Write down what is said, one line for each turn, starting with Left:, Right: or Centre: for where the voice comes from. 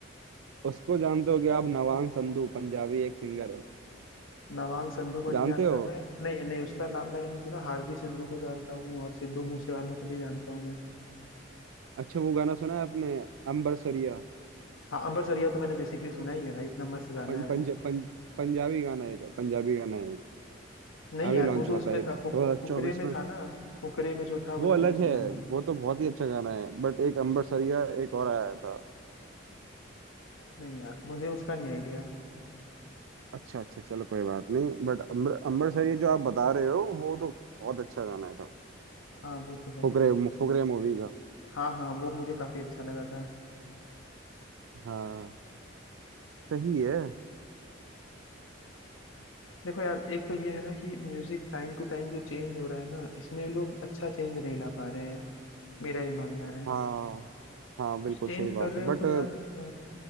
Right: उसको जानते होगे आप नवान संधू पंजाबी एक सिंगर है
Left: नवांग संधू को नहीं
Right: जानते
Left: जानता
Right: हो
Left: मैं नहीं नहीं उसका नाम मैंने नहीं सुना हार्दी संधू को जानता हूँ और सिद्धू मूसेवाला को भी जानता हूँ मैं
Right: अच्छा वो गाना सुना है आपने अंबरसरिया
Left: हाँ अंबर सरिया तो मैंने बेसिकली सुना ही है भाई इतना मस्त गाना
Right: पं,
Left: है
Right: पंज,
Left: वो
Right: पंज, पंजाबी गाना है एक पंजाबी गाना है एक
Left: नहीं
Right: अभी
Left: यार
Right: लॉन्च
Left: वो जो
Right: हुआ
Left: उसमें
Right: था एक
Left: था
Right: दो
Left: फुक,
Right: हजार
Left: फुकरे
Right: चौबीस
Left: में
Right: में
Left: था ना फुकरे में जो था
Right: वो
Left: वही
Right: अलग
Left: मैंने सुना
Right: है वो तो बहुत ही अच्छा गाना है बट एक अंबरसरिया एक और आया था
Left: नहीं यार मुझे उसका नहीं आइडिया
Right: अच्छा अच्छा चलो कोई बात नहीं बट अंबर अंबरसरिया जो आप बता रहे हो वो तो बहुत अच्छा गाना था
Left: हाँ वो तो है
Right: फुकरे फुकरे मूवी का
Left: हाँ हाँ वो मुझे काफी अच्छा लगा था
Right: हाँ सही है
Left: देखो यार एक तो ये है ना कि म्यूजिक टाइम टू टाइम जो चेंज हो रहा है ना इसमें ये लोग अच्छा चेंज नहीं ला पा रहे हैं मेरा ये मानना है
Right: हाँ हाँ बिल्कुल
Left: कुछ चेंज
Right: सही बात
Left: कर रहे
Right: है
Left: हो
Right: बट
Left: तो यार अ,